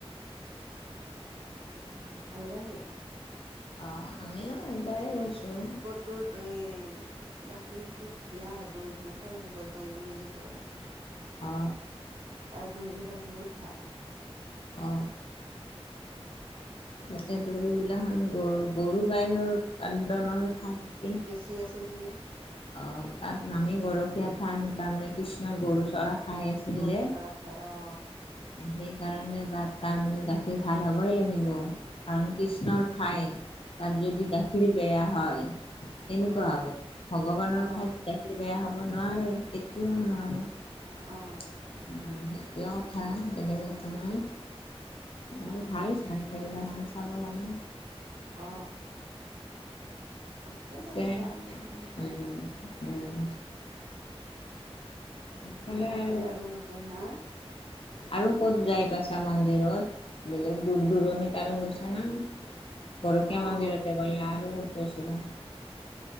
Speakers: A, on the left; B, on the right.
A: উম,
B: ভাল লাগে।
A: অ, আমিও এবাৰ গৈছোঁ।
B: তত, এই গাখীৰটো ধুনিয়া হয়, দৈটো সৰভোগ দৈ বুলি যে কয়।
A: অ,
B: তাৰ দৈবিলাক বহুত ভাল।
A: অ, তাতে, দৈবিলাখন গৰু, গৰু গাইৰৰ পদনৰ ঠাই
B: সি আছে নেকি?
A: অ, তাত নামি গৰখীয়া থান, তাৰমানে কৃষ্ণ গৰু চৰা। ঠাই আছি,
B: গৰু
A: যে।
B: চৰা ঠাই অ
A: সেইকাৰণে তাত তাৰ মানে গাখীৰ ভাল হ'বই লাগিব, কাৰণ
B: উম
A: কৃষ্ণৰ ঠাই তাত, যদি
B: উম
A: গাখীৰ বেয়া হয়, কেনেকুৱা
B: অ
A: হ'ব? ভগৱানৰ
B: অ
A: ঠাইত, গাখীৰ বেয়া হ'ব নোৱাৰে, কেতিয়াও নোৱাৰে। সেইটোয়ে
B: অ
A: কথা, বেলেগ একো নহয়।
B: অ
A: এই ভাল চাৰী, এইবিলাকখন চাব লাগে।
B: অ, আছে তেনেকুৱা
A: চেম,
B: আৰু কিছুমান ঠাই
A: উম, উম, এইফালে
B: বনাই আছে
A: আৰু
B: নতুন হা
A: আৰু ক'ত যাই পাইছা মন্দিৰত? বেলেগ দূৰ-দূৰণিত আৰু গৈছা না? গৰখীয়া
B: অ'
A: মন্দিৰতে গ'লা আৰু ক'ত গৈছিলা?